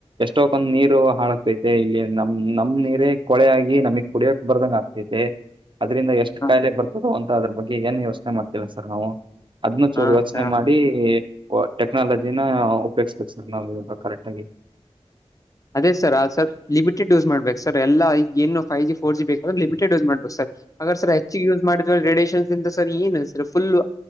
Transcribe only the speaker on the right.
ಎಷ್ಟೋ ಬಂದ್ ನೀರು ಹಾಳಾಗಕ್ತೈತೆ ಇಲ್ಲಿ ನಮ್ ನಮ್ ನೀರೇ ಕೊಳೆ ಆಗಿ ನಮಗ್ ಕುಡಿಯಕ್ ಬರ್ದಂಗ ಆಗ್ತೈತೆ ಅದ್ರಿಂದ ಎಷ್ಟು
ಅಂತ ಅದ್ರ ಬಗ್ಗೆ ಏನ್ ಯೋಚನೆ ಮಾಡ್ತಿಲ್ಲ ಸರ್ ನಾವು ಹದ್ನ ಚೂರು
ಯೋಚನೆ
ಮಾಡಿ ಟೆಕ್ನಾಲಜಿನ ಉಪಯೋಗ್ಬೇಕು ಸರ್ ನಾವು ಇವಾಗ ಕರೆಕ್ಟ್ ಆಗಾಗಿ